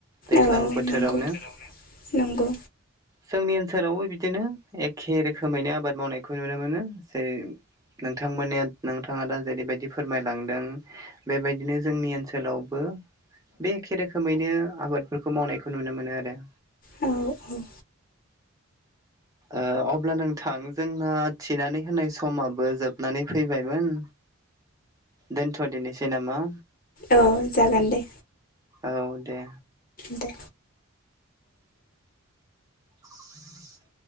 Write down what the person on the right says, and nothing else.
दैज्लां
बोथोरावनो
जोंनि ओनसोलावबो बिदिनो एखे रोखोमैनो आबाद मावनायखौ नुनो मोनो, जेरै नोंथांमोन नोंथाङा दा जेरैबायदि फोरमायलांदों। बेबायदिनो जोंनि ओनसोलावबो बे एखे रोखोमैनो आबादफोरखौ मावनायखौ नुनो मोनो आरो।
ओ अब्ला नोंथां जोंना थिनानै होनाय समाबो जोबनानै फैबायमोन। दोनथ' दिनोसै नामा?
औ दे।
<unintelligible>